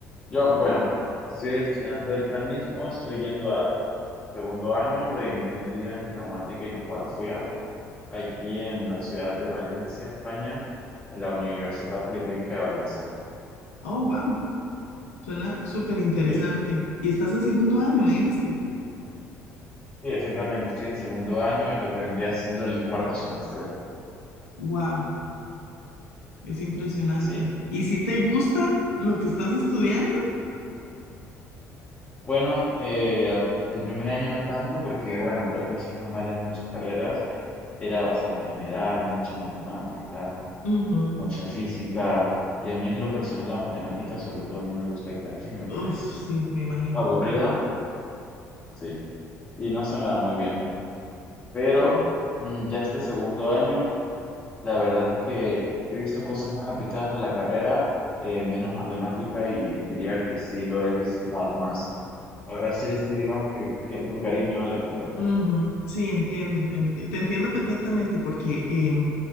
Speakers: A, on the left (about 20°); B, on the left (about 70°).
A: Yo, bueno, estoy estudiando ahorita mismo, estoy yendo a segundo año de Ingeniería en Geomática y Topografía aquí en la ciudad de Valencia, España, en la Universidad Politécnica de Valencia.
B: Oh, wow. Suena súper interesante.
A: Sí,
B: Y estás en segundo año, me dijiste.
A: sí, exactamente, estoy en segundo año, lo que vendría siendo el cuarto semestre.
B: Wow, es impresionante.
A: Sí.
B: ¿Y si te gusta lo que estás estudiando?
A: Bueno, eh, al- el primer año no tanto porque, bueno, creo que eso es normal en muchas carreras. Era bastante general, mucha matemática,
B: Ujú.
A: mucha física. Y a mí en lo personal la matemática sobre todo no me gusta casi, me
B: Uf,
A: parece
B: sí, me imagino.
A: aburrida, sí. Y no se me da muy bien. Pero mm, ya este segundo año, la verdad es que he visto cosas más aplicadas a la carrera, eh, menos matemática y diría que sí lo he disfrutado más. Ahora sí le estoy, digamos que, cogiendo cariño a la carrera.
B: Ujú, Sí, entiendo. enti- te entiendo perfectamente porque em,